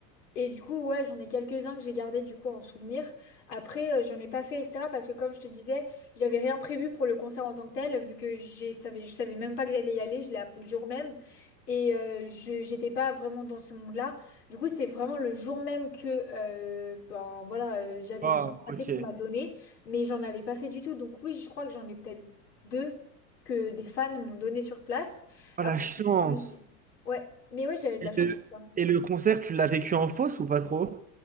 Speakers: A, on the left (about 70°); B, on the right (about 15°).
A: Et du coup, ouais, j'en ai quelques-uns que j'ai gardés du coup en souvenir. Après, euh, j'en ai pas fait, etc. Parce que comme je te disais, j'avais rien prévu pour le concert en tant que tel, vu que j'ai savais, je savais même pas que j'allais y aller, je l'ai appris le jour même. Et euh, je j'étais pas vraiment dans ce monde-là. Du coup, c'est vraiment le jour même que euh, ben voilà, euh, j'avais
B: Wow,
A: dit assez
B: ok.
A: qu'on m'a donné, mais j'en avais pas fait du tout. Donc oui, je crois que j'en ai peut-être deux que des fans m'ont donné sur place.
B: Oh,
A: Après,
B: la chance!
A: j'en ai jamais fait. Ouais, mais ouais, j'avais de
B: Et
A: la chance
B: le,
A: sur ça.
B: et le concert, tu l'as vécu en fosse ou pas trop?